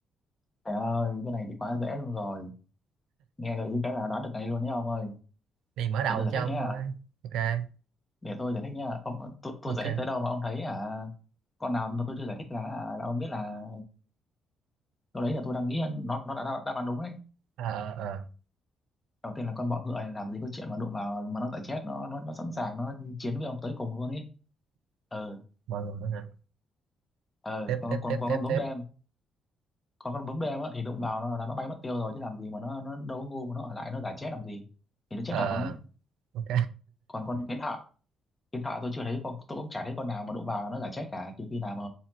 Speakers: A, on the left (about 20°); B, on the right (about 85°).
A: trời ơi cái này thì quá dễ luôn rồi nghe gợi ý cái là đoán được ngay luôn nhé ông ơi
B: này mở đầu
A: để tôi giải
B: cho
A: thích
B: ông
A: nhé
B: thôi ok
A: để tôi giải thích nha ông tôi, tôi
B: ok
A: giải thích tới đâu mà ông thấy à con nào mà tôi chưa giải thích là, à, là ông biết là lúc đấy là tôi đang nghĩ nó nó đã đáp đáp án đúng đấy
B: ờ ờ ờ.
A: đầu tiên là con bọ ngựa này làm gì có chuyện mà đụng vào mà nó giải chết nó nó nó sẵn sàng nó chiến với ông tới cùng luôn ấy ừ
B: bọ ngựa hả
A: ừ
B: tiếp
A: còn
B: tiếp
A: còn
B: tiếp
A: còn
B: tiếp
A: con bướm
B: tiếp
A: đêm còn con bướm đêm á, thì đụng vào nó là nó bay mất tiêu rồi chứ làm gì mà nó nó đâu có ngu mà nó ở lại nó giải chết làm gì thì nó chết
B: ờ
A: thật luôn ấy
B: ok
A: còn con kiến thợ Hiện tại tôi chưa thấy con tôi cũng chả thấy con nào mà đụng vào là nó giả chết cả trừ khi nào mà